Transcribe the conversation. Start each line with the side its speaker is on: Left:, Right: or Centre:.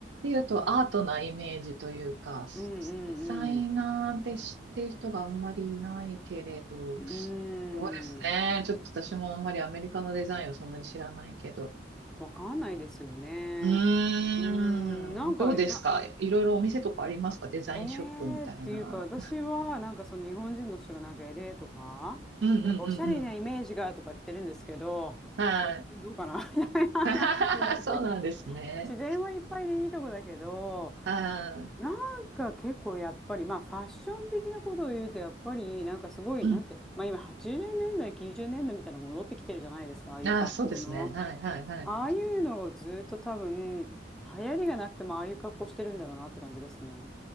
Right: いうとアートなイメージというか、
Centre: い。うんう
Right: デザイナーで知ってる人があんまりいないけれど、
Centre: んうん。うーん。
Right: そうですね。ちょっと私もあんまりアメリカのデザインをそんなに知らないけど。
Centre: わかんないですよね。
Right: うーん、
Centre: うーん。なんか、
Right: どうですかいろいろお店とかありますかデザインショップみたいな。
Centre: な、えーっていうか、私は、なんかその日本人の人がなんか l ーとか、
Right: うんうんうんうん。
Centre: なんかおしゃれなイメージがとか言ってるんですけど、
Right: はい。
Centre: うんどうかな <laughs> いやいやなんか別に
Right: <laughs> そうなんですね。
Centre: 自然はいっぱいでいいとこだけど、
Right: ああ、
Centre: なんか結構やっぱり、まあファッション的なことを言うと、やっぱりなんかすごい、
Right: うん。
Centre: なんて、まあ今80年代、90年代みたいなのが戻ってきてるじゃないですか、ああいう格好の。
Right: ああ、そうですね。はい、はい、はい。
Centre: ああいうのをずっと多分、流行りがなくてもああいう格好してるんだろうなって感じですね。